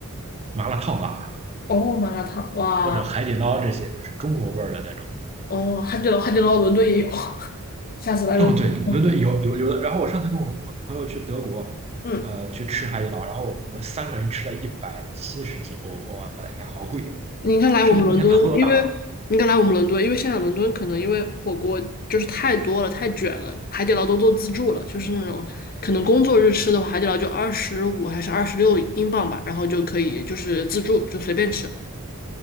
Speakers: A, on the right; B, on the left.
A: 麻辣烫吧，
B: 哦，麻辣烫，哇，
A: 或者海底捞这些，就是中国味儿的那种。
B: 哦，汉堡，汉堡捞，伦敦也有，<laughs> 下次来伦敦，
A: 哦，对，伦敦有有有的。然后我上次跟我朋朋友去德国，
B: 嗯。
A: 呃，去吃海底捞，然后我们三个人吃了一百七十几欧，我的天，好贵！
B: 你应该来我们伦敦，
A: 吃的那天头都大了。
B: 因为你应该来我们伦敦，因为现在伦敦可能因为火锅就是太多了，太卷了，海底捞都做自助了，就是那种可能工作日吃的话，海底捞就二十五还是二十六英镑吧，然后就可以就是自助就随便吃。